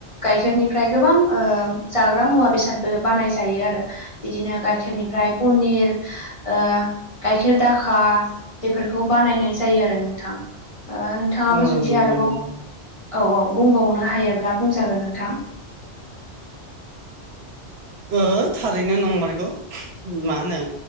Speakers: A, on the left; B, on the right.
A: गाइखेरनिफ्राय गोबां ओ जाग्रा मुवा बेसादबो बानाय जायो आरो। बिदिनो गाइखेरनिफ्राय पनिर। ओ गायखेर दाखा बेफोरखौ बानायनाय जायो आरो नोंथां। ओ नोंथाङाबो
B: औ
A: जुदि
B: नंगौ
A: आरोबाव
B: नंगौ
A: औ औ बुंबावनो हायोब्ला बुंजागोन नोंथां।
B: ओ थारैनो नंमारगौ मा होनो।